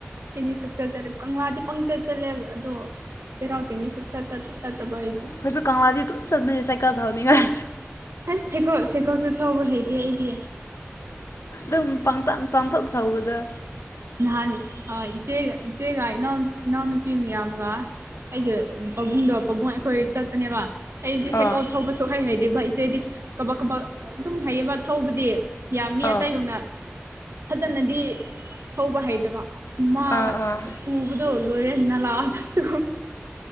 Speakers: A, on the right; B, on the left.
A: ꯑꯩꯗꯤ ꯁꯨꯛꯆꯠ ꯆꯠꯂꯦ ꯀꯪꯂꯥꯗꯤ ꯄꯪꯆꯠ ꯆꯠꯂꯦ ꯑꯗꯣ꯫ ꯆꯩꯔꯥꯎ ꯆꯤꯡꯗꯤ ꯁꯨꯆꯠ ꯆꯠ ꯇꯔꯕ ꯑꯩꯗꯤ꯫
B: ꯑꯩꯁꯨ ꯀꯪꯂꯥ ꯗꯤ ꯑꯗꯨꯝ ꯆꯠꯂꯦ ꯁꯥꯏꯀꯥꯜ ꯊꯧꯅꯤꯉꯥꯏ꯫
A: ꯑꯩꯁ ꯁꯩꯀꯜ ꯁꯩꯀꯜꯁꯨ ꯊꯧꯕ ꯍꯩꯇꯦ ꯑꯩꯗꯤ꯫
B: ꯑꯗꯨꯝ
A: ꯑꯁ
B: ꯄꯪꯇꯝ ꯄꯪꯊꯧ ꯊꯧꯕꯗ꯫
A: ꯅꯍꯥꯟ ꯏꯆꯦꯒ ꯏꯆꯦꯒ ꯏꯅꯥꯎ ꯏꯅꯥꯎꯅꯨꯄꯤ ꯃꯌꯥꯝꯒ꯫ ꯑꯩꯒ ꯄꯥꯕꯨꯡꯗꯣ ꯄꯥꯕꯨꯡ ꯑꯩꯈꯣꯏ ꯆꯠꯄꯅꯦꯕ꯫ ꯑꯩꯗꯤ ꯁꯥꯏꯀꯥꯟ
B: ꯑꯣ
A: ꯊꯧꯕꯁꯨ ꯍꯩ ꯗꯦꯕ ꯏꯆꯦꯗꯤ ꯀꯕꯛ ꯀꯕꯛ ꯑꯗꯨꯝ ꯍꯩꯕ꯫ ꯊꯧꯕꯗꯤ ꯌꯥꯝꯃꯤ
B: ꯑꯣ
A: ꯑꯇꯩꯒꯨꯝꯅ ꯐꯖꯅꯗꯤ ꯊꯧꯕ ꯍꯩꯇꯕ꯫ ꯃ
B: ꯑꯥ ꯑꯥ
A: ꯇꯨꯕꯗꯣ ꯂꯣꯏꯔꯦ ꯅꯥꯂ ꯇꯨ